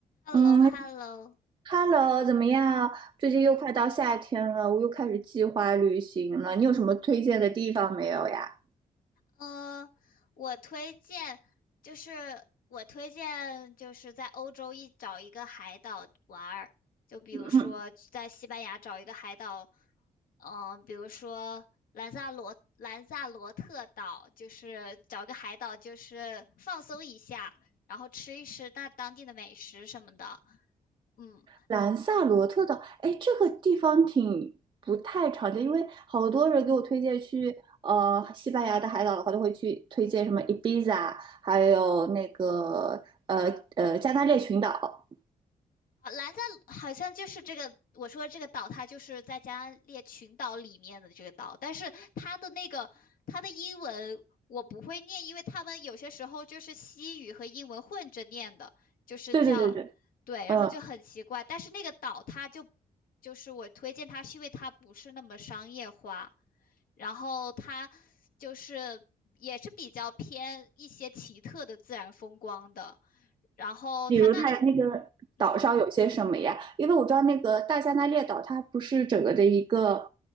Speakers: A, on the left; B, on the right.
A: h
B: 嗯
A: e l l o h e l l o
B: ，Hello，怎么样？最近又快到夏天了，我又开始计划旅行了。你有什么推荐的地方没有呀？
A: 呃，我推荐就是我推荐就是在欧洲一找一个海岛玩儿，就比如说在西班牙找一个海岛，
B: 嗯，
A: 嗯、比如说兰萨罗兰萨罗特岛，就是找个海岛就是放松一下，然后吃一吃那当地的美食什么的，嗯。
B: 兰萨罗特岛，哎，这个地方挺不太常见，因为好多人给我推荐去呃西班牙的海岛的话，都会去推荐什么 Ibiza，还有那个呃呃加那利群岛。
A: 啊，兰赞好像就是这个，我说这个岛，它就是在加列群岛里面的这个岛，但是它的那个它的英文我不会念，因为他们有些时候就是西语和英文混着念的，就是叫对，
B: 对对对对，嗯。
A: 然后就很奇怪。但是那个岛它就就是我推荐它，是因为它不是那么商业化，然后它就是也是比较偏一些奇特的自然风光的，然后它那里。
B: 比如它那个岛上有些什么呀？
A: 嗯，
B: 因为我知道那个大加那列岛，它不是整个的一个，